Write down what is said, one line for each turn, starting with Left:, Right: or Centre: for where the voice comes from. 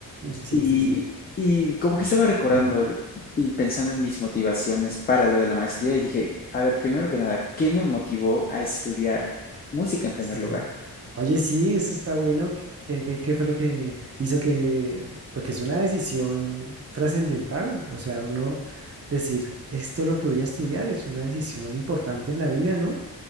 Right: sí,
Left: y,
Right: sí, sí.
Left: y como que estaba recordando
Right: <clears throat>
Left: de- y pensando en mis motivaciones para lo de la maestría y dije, a ver, primero que nada, ¿qué me motivó a estudiar música en primer
Right: Sí.
Left: lugar?
Right: Oye, sí, eso está bueno. ¿Qué, qué- qué fue lo que hizo que, porque es una decisión trascendental, o sea, uno decir, esto es lo que voy a estudiar, es una decisión importante en la vida, ¿no?